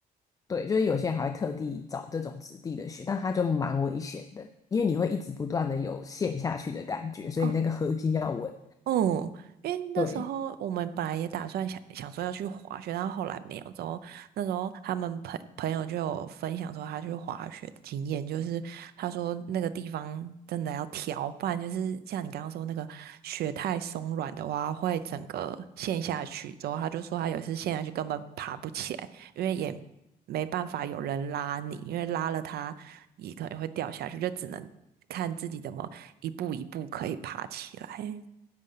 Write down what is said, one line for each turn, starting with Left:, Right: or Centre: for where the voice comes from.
Left: 对，就是有些人还会特地找这种质地的雪，但它就蛮危险的，因为你会一直不断的有陷下去的感觉，所以你那个核心要稳。
Right: 哦，哦，因为那时候我们本来也打算想想说要去滑雪，
Left: 对，
Right: 但后来没有。之后那时候他们朋朋友就有分享说他去滑雪的经验，就是他说那个地方真的要调，不然就是像你刚刚说那个雪太松软的话，会整个陷下去。之后他就说他有一次陷下去根本爬不起来，因为也没办法有人拉你，因为拉了他也可能会掉下去，就只能看自己怎么一步一步可以爬起来。